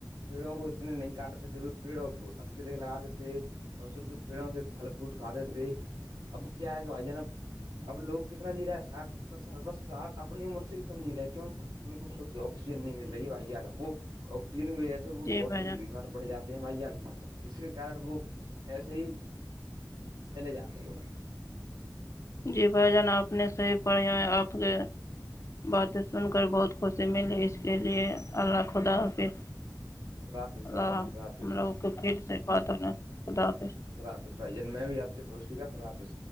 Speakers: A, on the right; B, on the left.
A: پیڑوں کو اتنے نہیں کاٹتے تھے پیڑوں کو لگاتے تھے اور شد پیڑوں سے پھل فریٹ کھاتے تھے اب کیا ہے کہ بھائی جان اب لوگ کتنا جی رہا ہے ساٹھ ستر سال بس سال اپنی عمر سے بھی کی شد آکسیجن نہیں مل رہی بھائی جان وہ اسی کی وجہ سے وہ
B: جی
A: بہت
B: بھائی
A: جلد
B: جان
A: بیمار پڑ جاتے ہیں بھائی جان جس کے کارن وہ ایسی ہی چلے جاتے ہیں
B: جی بھائی جان آپ نے صحیی پڑھیا آپ کے باتیں سن کر بہت خوشی ملی اسی لیے اللہ خدا حافظ
A: خدا حافظ
B: اللہ
A: بھائی جان خدا حافظ
B: ہم لوگ تو پھر سے بات ہوا خدا حافظ
A: خدا حافظ بھائی جان میں بھی آپ سے گا خدا حافظ